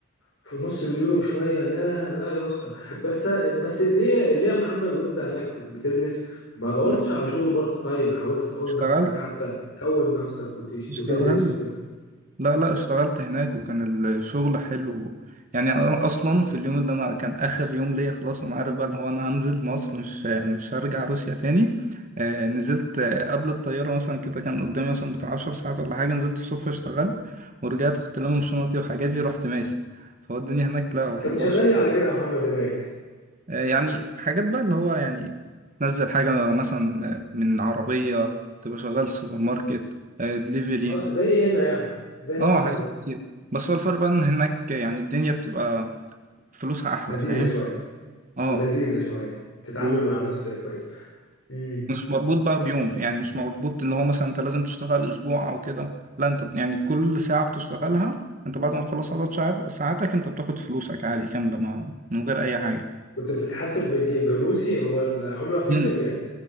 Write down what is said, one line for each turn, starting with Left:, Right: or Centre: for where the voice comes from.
Left: في نص مليون وشوية يا لا يا اسطى بس بس ليه ليه يا محمد وانت هناك بتدرس ما دورتش
Right: مم.
Left: على شغل بارت تايم حاولت تعول
Right: اشتغلت
Left: نفسك حتى تكون نفسك وتش-
Right: اشتغلت
Left: وتدرس وكده
Right: لا لا اشتغلت هناك وكان الشغل حلو يعني انا اصلا في اليوم اللي انا كان اخر يوم ليا خلاص انا عارف بقى اللي هو انا هنزل مصر مش مش هرجع روسيا تاني آه نزلت آه، قبل الطيارة مثلا كده كان قدامي مثلا بتاع 10 ساعات ولا حاجة نزلت الصبح اشتغلت ورجعت كنت لامم شنطتي وحاجاتي رحت ماشي فهو الدنيا هناك لا
Left: انت
Right: في
Left: كنت
Right: موضوع
Left: شغال
Right: الشغل
Left: ايه على كده يا محمد هناك
Right: آه يعني حاجات بقى اللي هو يعني تنزل حاجة مثلا من عربية تبقى شغال سوبر ماركت آه دليفري
Left: اه زي هنا يعني زي
Right: اه
Left: هنا في
Right: حاجات
Left: مصر
Right: كتير بس هو الفرق بقى ان هناك يعني الدنيا بتبقى فلوسها احلى
Left: لذيذة
Right: فاهم
Left: شوية
Right: اه
Left: ولذيذة شوية تتعامل
Right: ومش
Left: مع ناس كويسة امم
Right: مربوط بقى بيوم يعني مش مربوط اللي هو مثلا انت لازم تشتغل اسبوع او كده لا انت يعني كل ساعة بتشتغلها انت بعد ما تخلص عدد شعات- ساعاتك انت بتاخد فلوسك عادي كاملة ما من غير اي حاجة
Left: كنت بتتحاسب بالج- بالروسي هو العملة في
Right: مم.
Left: روسيا كام؟